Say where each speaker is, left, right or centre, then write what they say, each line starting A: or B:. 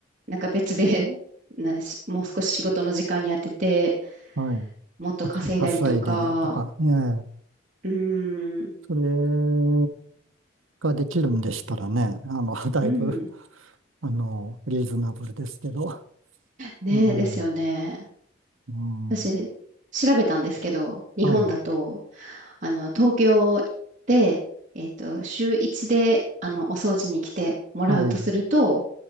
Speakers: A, on the right; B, on the right.
A: なんか別で、<laughs> なんし、もう少し仕事の時間に当てて、
B: はい。
A: もっと稼いだりとか、
B: かつ、稼いでとか、ええ
A: うん、
B: それができるんでしたらね、あの、<laughs> だいぶ、
A: うん。
B: あの、リーズナブルですけど。
A: ね、
B: うん、
A: ですよね。
B: うん、
A: 私、調べたんですけど、日本だと、
B: はい、
A: あの、東京で、えっと、週1で、あの、お掃除に来てもらうとすると、
B: はい。